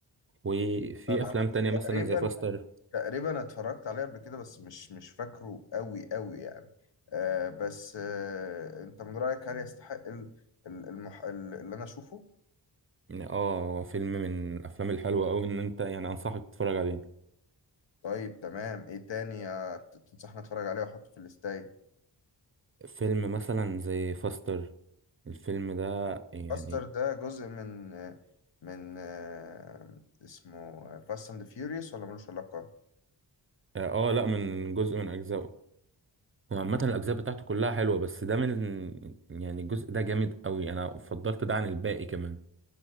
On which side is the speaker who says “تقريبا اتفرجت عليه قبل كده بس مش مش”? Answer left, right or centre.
Left